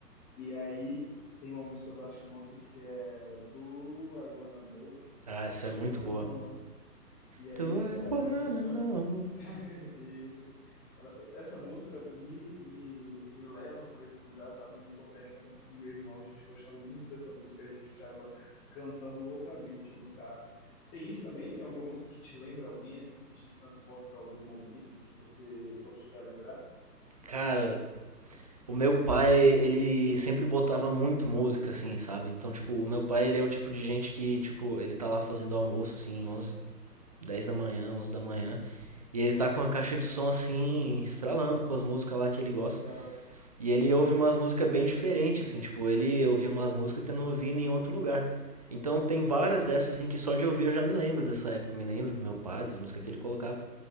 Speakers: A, on the left (about 20°); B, on the right (about 25°).
A: E aí tem uma música do Arctic Monkeys que é Do I Wanna Know?
B: Ah, essa
A: Acho
B: é
A: que
B: muito
A: é do I Wanna
B: boa.
A: Know, não. E aí
B: Do
A: essa,
B: I wanna
A: essa música.
B: know?
A: <laughs> Isso. Ela- essa música me, me, me leva para esse lugar, sabe? Me conecta muito com meu irmão. A gente gostava muito dessa música, a gente ficava cantando loucamente no carro. Tem isso também? Tem alguma música que te lembra alguém, assim, que te transporta para algum momento que você gosta de relembrar?
B: Cara, o meu pai, ele sempre botava muito música, assim, sabe? Então, tipo, o meu pai, ele é o tipo de gente que, tipo, ele tá lá fazendo almoço, assim, 11 10 da manhã, 11 da manhã. E ele tá com a caixa de som assim, estralando com as músicas lá que ele
A: Não
B: gosta.
A: tá.
B: E ele ouve umas músicas bem diferentes, assim, tipo, ele ouvia umas músicas que eu não ouvi em nenhum outro lugar. Então tem várias dessas assim que só de ouvir eu já me lembro dessa época, me lembro do meu pai, das músicas que ele colocava.